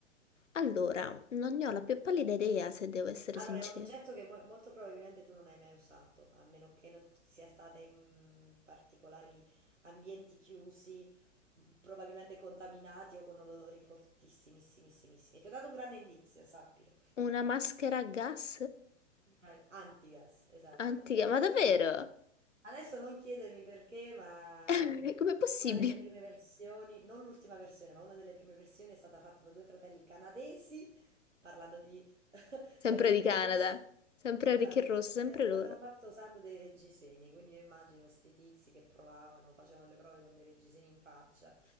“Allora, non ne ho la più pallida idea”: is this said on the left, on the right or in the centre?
Left